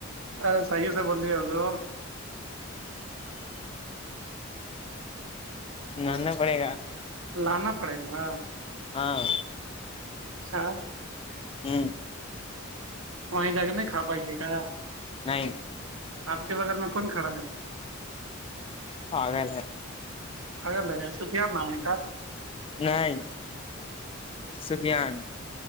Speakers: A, on the right; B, on the left.
A: ا صحیح سے بولی ہو اور
B: ماننا پڑے گا
A: لانا پڑے گا
B: ہاں
A: اچھا
B: ہوں
A: وہیں جا کے نہیں کھا پائیے گ
B: نہیں
A: آپ کے بغل میں کون کھڑا ہے
B: آ لے
A: آگ الے س ت آار ن کاا
B: نہیںائ سفان